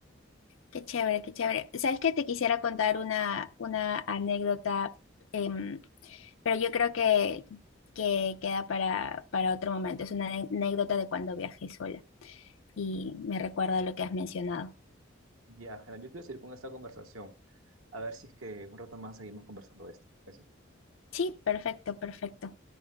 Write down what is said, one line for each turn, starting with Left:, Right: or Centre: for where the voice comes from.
Left: qué chévere, qué chévere. ¿Sabes qué? Te quisiera contar una, una anécdota, em, pero yo creo que, que queda para, para otro momento. Es una ane- anécdota de cuando viajé sola. y me recuerda lo que has mencionado.
Right: Ya, Jena, yo quiero seguir con esta conversación. A ver si es que en un rato más seguimos conversando de esto. parece?
Left: Sí, perfecto, perfecto.